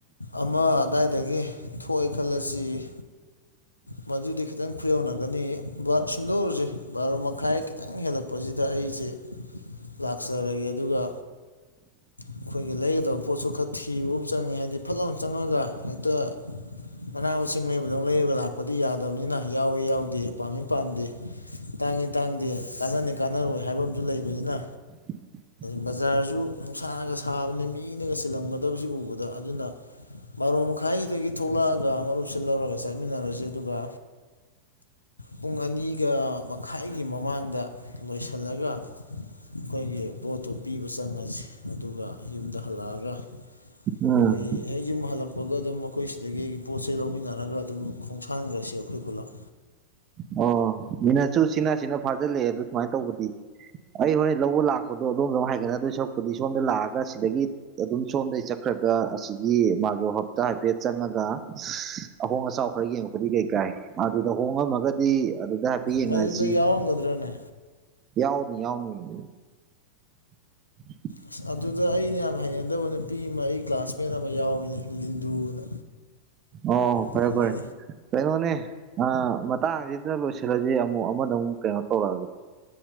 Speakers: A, on the left; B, on the right.
A: ꯑꯃ ꯑꯗꯨꯗꯥꯋꯥꯏꯗꯒꯤ ꯊꯣꯛꯑꯦ ꯈꯜꯂꯁꯤ ꯃꯗꯨꯨꯗꯤ ꯈꯤꯇꯪ ꯈꯨꯌꯧꯅꯒꯅꯤ ꯁꯨꯝꯗꯧꯎꯔꯁꯦ ꯕꯥꯔꯣ ꯃꯈꯥꯏ ꯈꯤꯇꯪ ꯍꯦꯜꯂꯛꯄꯁꯤꯗ ꯑꯩꯁꯦ ꯂ ꯇꯥꯛꯆꯔꯒꯦ ꯑꯗꯨꯒ ꯑꯩꯈꯣꯏꯒꯤ ꯂꯩꯒꯗꯕ ꯄꯣꯠꯁꯨ ꯈꯔ ꯊꯤꯕ ꯑꯃ ꯆꯪꯉꯦ ꯍꯥꯏꯕꯗꯤ ꯐꯠ ꯑꯃ ꯆꯪꯉꯒ ꯍꯦꯛꯇ ꯃꯅꯥ ꯃꯁꯤꯡ ꯂꯩꯕꯗꯧꯅ ꯂꯩꯔꯒ ꯂꯥꯛꯄꯗꯤ ꯌꯥꯗꯕꯅꯤꯅ ꯌꯥꯎꯋ ꯌꯥꯎꯗꯦ ꯄꯥꯝꯃꯤ ꯄꯥꯝꯗꯦ ꯇꯥꯡꯏ ꯇꯥꯡꯗꯦ ꯀꯥꯟꯅꯅꯤ ꯀꯥꯟꯅꯔꯣꯏ ꯍꯥꯏꯕ ꯑꯃꯁꯝꯨ ꯂꯩꯕꯅꯤꯅ
B: <inaudible>
A: ꯕꯖꯥꯔꯁꯨ ꯅꯨꯡꯁꯥꯅꯒ ꯁꯥꯕꯅ ꯃꯤꯅꯒ ꯆꯜꯂꯝꯒꯗꯕꯕꯁꯤ ꯎꯕꯗ ꯑꯗꯨꯅ ꯕꯥꯔꯣ ꯃꯈꯥꯏꯗꯒꯤ ꯊꯣꯛꯂꯛꯑꯒ ꯃꯔꯨꯞꯁꯤ ꯂꯧꯔꯒ ꯆꯠꯃꯤꯟꯅꯔꯁꯤ ꯑꯗꯨꯒ ꯄꯨꯡ ꯑꯅꯤꯒ ꯃꯈꯥꯏꯒꯤ ꯃꯃꯥꯡꯗ ꯂꯣꯏꯁꯤꯜꯂꯒ ꯑꯩꯈꯣꯏꯒꯤ ꯄꯣꯠꯇꯨ ꯄꯤꯕ ꯆꯪꯉꯁꯤ ꯑꯗꯨꯒ ꯌꯨꯝꯗ ꯍꯜꯂꯛꯑꯒ <unintelligible>
B: ꯎꯝ
A: ꯑꯩ ꯌꯨꯝꯂ ꯊꯣꯛꯄꯒ ꯑꯗꯨꯝ ꯑꯩꯈꯣꯏ ꯁꯤꯗꯒꯤ ꯑꯩꯒꯤ ꯄꯣꯠꯁꯦ ꯂꯧꯃꯤꯟꯅꯔꯒ ꯑꯗꯨꯝ ꯈꯣꯡꯁꯥꯟꯈꯔꯁꯤ ꯑꯩꯈꯣꯏ ꯄꯨꯂꯞ
B: ꯑꯣ ꯃꯤꯅꯁꯨ ꯁꯤꯅ ꯁꯤꯅ ꯐꯥꯖꯤꯜꯂꯛꯑꯦ ꯑꯗꯨ ꯁꯨꯃꯥꯏꯅ ꯇꯧꯕꯗꯤ ꯑꯩ ꯍꯣꯔ ꯂꯧꯕ ꯂꯥꯛꯄꯗꯣ ꯑꯗꯣꯝꯗ ꯍꯥꯏꯒꯠꯅꯗꯣꯏ ꯁꯛꯄꯗꯤ ꯁꯣꯝꯗ ꯂꯥꯛꯑꯒ ꯁꯤꯗꯒꯤ ꯑꯗꯨꯝ ꯁꯣꯝꯗꯒꯤ ꯆꯠꯈ꯭ꯔꯦ ꯒ ꯑꯁꯤꯒꯤ ꯃꯥꯒꯤ ꯍꯞꯇꯥ ꯍꯥꯏꯐꯦꯠ ꯆꯪꯉꯒ ꯑꯍꯣꯡ ꯑꯆꯥꯎ ꯈꯔ ꯌꯦꯡꯉꯛꯄꯗꯤ ꯀꯩꯀꯥꯏ ꯑꯗꯨꯗ ꯍꯣꯡꯉꯝꯃꯒꯗꯤ ꯑꯗꯨꯗ ꯍꯥꯏꯐꯦꯠ ꯌꯦꯡꯅꯔꯁꯤ
A: ꯃꯗꯨꯗ ꯌꯥꯎꯒꯗ꯭ꯔꯅꯦ
B: ꯌꯥꯎꯅꯤ ꯌꯥꯎꯅꯤ <inaudible>
A: ꯑꯁ ꯑꯗꯨꯗ ꯑꯩꯅ ꯌꯥꯝ ꯍꯩꯅꯗꯕ ꯅꯨꯄꯤ ꯑꯃ ꯑꯩ ꯀ꯭ꯂꯥꯁꯃꯦꯠ ꯑꯃ ꯌꯥꯎꯕꯅꯦ ꯂꯤꯟꯗꯨꯅ
B: ꯑꯣ ꯐꯔꯦ
A: ꯇꯜꯂꯤꯅꯦ
B: ꯐꯔ ꯀꯩꯅꯣꯅꯦ ꯑ ꯃꯇꯥꯡꯁꯤꯗ ꯂꯣꯏꯁꯤꯜꯂꯁꯤ ꯑꯃꯨꯛ ꯑꯃꯗ ꯑꯃꯨꯛ ꯀꯩꯅꯣ ꯇꯧꯔꯛꯑꯒꯦ